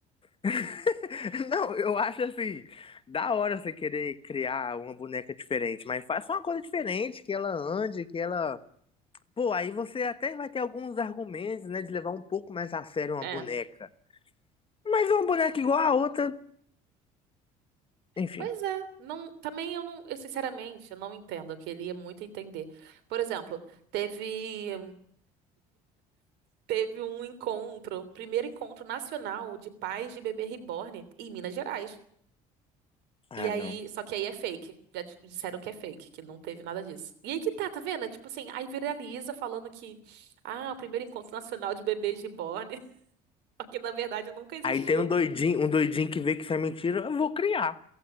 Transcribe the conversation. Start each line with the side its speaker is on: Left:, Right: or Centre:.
Left: <laughs> Não, eu acho assim, da hora você querer criar uma boneca diferente, mas faça uma coisa diferente, que ela ande, que ela. Pô, aí você até vai ter alguns argumentos, né, de levar um pouco mais a sério uma
Right: É.
Left: boneca. Mas uma boneca igual a outra, enfim.
Right: Pois é, não, também eu não, eu sinceramente, eu não entendo, eu queria muito entender. Por exemplo, teve teve um encontro, primeiro encontro nacional de pais de bebê reborn em Minas Gerais.
Left: Ah,
Right: E aí,
Left: não.
Right: só que aí é fake. Já di- disseram que é fake, que não teve nada disso. E aí que tá, tá vendo? É tipo assim, aí viraliza falando que, ah, o primeiro encontro nacional de bebês reborn, <laughs> porque na verdade nunca existiu.
Left: Aí tem um doidinho, um doidinho que vê que isso é mentira, eu vou criar.